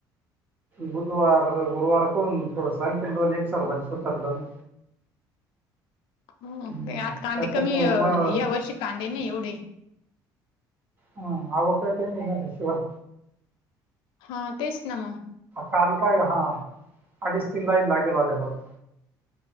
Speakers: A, on the right; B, on the left.
A: बुधवार गुरुवार कोण थोड संख्यान दोन एक सरपांच सुधरलं ना
B: हो
A: हम्म
B: का आता कांदे
A: त्याच्यात
B: कमी
A: मग
B: या वर्षी कांदे नाय एवढे
A: हम्म आवक आहे काहीना शिवाय
B: हा तेच ना मग.
A: काल काय हा अडीच तीन लाईन लागेल होता फक्त